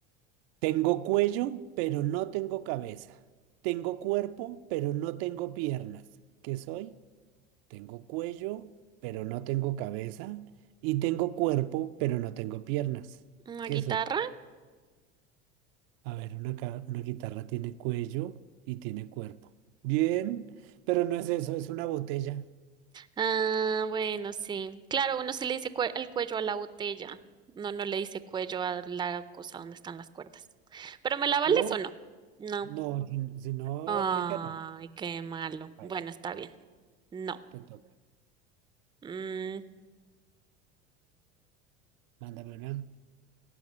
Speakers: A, on the right; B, on the right.
A: tengo cuello, pero no tengo cabeza. Tengo cuerpo, pero no tengo piernas. ¿Qué soy? Tengo cuello, pero no tengo cabeza. Y tengo cuerpo, pero no tengo piernas.
B: ¿Una
A: ¿Qué
B: guitarra?
A: soy? A ver, una, ca- una guitarra tiene cuello y tiene cuerpo. Bien, pero no es eso, es una botella.
B: Ah, bueno, sí. Claro, uno se le dice cue- el cuello a la botella. No, no le dice cuello a la cosa donde están las cuerdas. ¿Pero me la vales
A: No,
B: o no? No.
A: no, si, si no
B: Ay,
A: aplicará.
B: qué malo.
A: Ay,
B: Bueno,
A: no,
B: está
A: te
B: bien. No.
A: te toca.
B: Mm,
A: Mándame una.